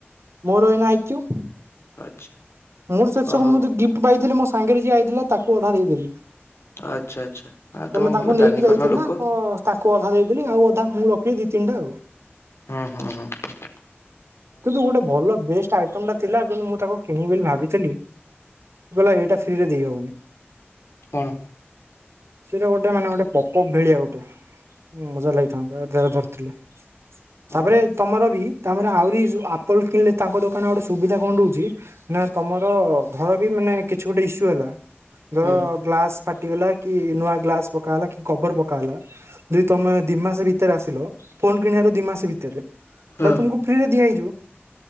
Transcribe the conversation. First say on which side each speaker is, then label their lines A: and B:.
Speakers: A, on the right (about 85°); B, on the left (about 75°).
A: ମୋର ଏଇନା ଆଇକ୍ୟୁ।
B: ଆଚ୍ଛା
A: <inaudible> ମୋର ସେ ସବୁ
B: ଓ ହଉ
A: ଗିଫ୍ଟ ପାଇଥିଲି ମୋ ସାଙ୍ଗରେ ଯିଏ ଆଇଥିଲା ତାକୁ ଅଧା ଦେଇଦେଲି।
B: ଆଚ୍ଛା ଆଚ୍ଛା ହଁ
A: କାହିଁକିନା
B: ତମେ
A: ତାଙ୍କୁ
B: ଭଲ
A: ନେଇକି
B: ଦାନ
A: ଯାଇଥିଲି
B: କର୍ଣ୍ଣ ଲୋକ।
A: ନା ତ ତାକୁ ଅଧା ଦେଇଦେଲି ଆଉ ଅଧା ମୁଁ ରଖିଦେଲି ଦି ତିନିଟା ଆଉ।
B: ହୁଁ ହୁଁ ହୁଁ ।
A: କିନ୍ତୁ ଗୋଟେ ଭଲ ବେଷ୍ଟ ଆଇଟମ ଟା ଥିଲା କିନ୍ତୁ ମୁଁ ତାକୁ କିଣିବି ବୋଲି ଭାବିଥିଲି କହିଲ ଏଇଟା ଫ୍ରିରେ ଦେଇହବନି।
B: କଣ?
A: ସେଇଟା ଗୋଟେ ମାନେ ଗୋଟେ ପପ ଭଳିଆ ଗୋଟେ ମଜା ଲାଗିଥାନ୍ତା ଧରିଥିଲେ।
B: ହୁଁ
A: ତାପରେ
B: ହୁଁ
A: ତମର ବି ତମର ଆହୁରି ଉ ଆପଲ କିଣିଲେ ତାଙ୍କ ଦୋକାନ ଗୋଟେ ସୁବିଧା କଣ ରହୁଛି। ନା ତମର ଧର ବି ମାନେ କିଛି ଗୋଟେ ଇସ୍ୟୁ ହେଲା ଧର
B: ହୁଁ
A: ଗ୍ଲାସ ଫାଟିଗଲା କି ନୂଆ ଗ୍ଲାସ ପକା ହେଲା କି କବର ପକା ହେଲା ଯଦି ତମେ ଦି ମାସ ଭିତରେ ଆସିଲ। ଫୋନ୍ କିଣିବାର ଦି ମାସ ଭିତରେ
B: ହଁ
A: ତାହେଲେ ତମକୁ ଫ୍ରିରେ ଦିଆଯ--ା